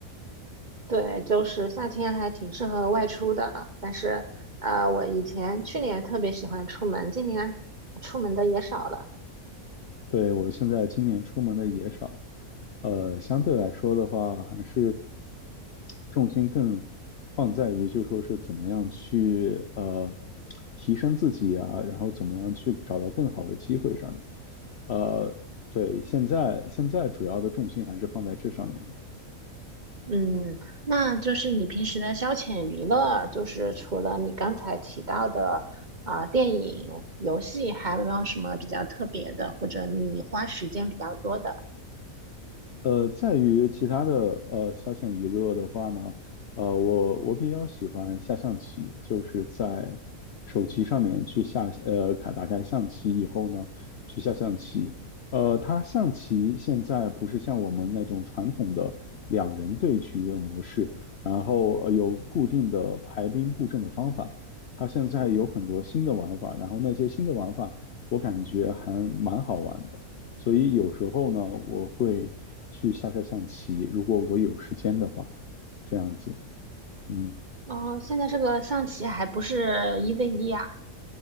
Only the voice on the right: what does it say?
对，就是夏天还挺适合外出的，但是呃，我以前去年特别喜欢出门，今年出门的也少了。
嗯，那就是你平时的消遣娱乐，就是除了你刚才提到的啊、呃电影、游戏，还有没有什么比较特别的，或者你花时间比较多的？
哦，现在这个象棋还不是一 v 一啊？